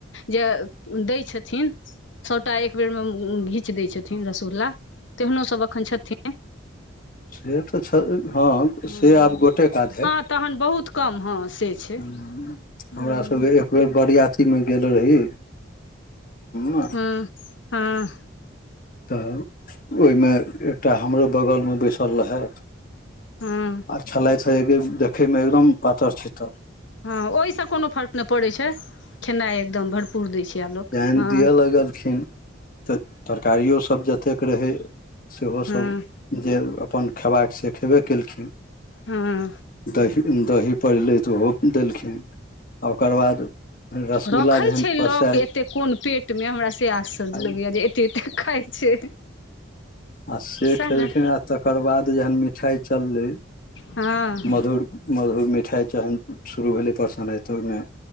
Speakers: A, on the left (about 70°); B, on the left (about 45°).
A: जे दै छथिन सौ टा एक बेर मे घीच दै छथिन रसगुल्ला तेहनो सब एखन छथिन
B: से तऽ छै हँ
A: हूँ
B: से आब गोटेएक आधेक
A: हँ तहन बहुत कम हँ से छै
B: हमरा
A: हूँ
B: सबके एक बेर बरियातीमे गेल रही <inaudible>
A: हाँ हाँ
B: तऽ ओहिमे एकटा हमरो बगलमे बैसल रहैथ
A: हँ
B: आ छलैथ देखै मे एकदम पातर चितर
A: हँ ओहिसँ कोनो फर्क नहि पड़ैत छै खेनाइ एकदम भरपूर दै छैै अब लोक
B: जेहन
A: हँ
B: दिअ लगलखिन तऽ तरकारियो सब जतेक रहै सेहो
A: हँ
B: सब जे अपन खेबाक से खेबे केलखिन
A: हँ
B: <inaudible> दही दही पड़लै तऽ ओहो देलखिन आ ओकर बाद रसगुल्ला
A: रखै
B: जेहन
A: छै लोक
B: परस
A: एते कोन पेट मे हमरा से आश्चर्य
B: आ
A: लगैया जे एते एते खाइ छै
B: आ से
A: सएह
B: खेलखिन
A: ने
B: आ तकर बाद जहन मिठाइ चललै
A: हँ
B: मधुर मधुर मिठाइ तहन शुरू भेलै परसनइ ओहिमे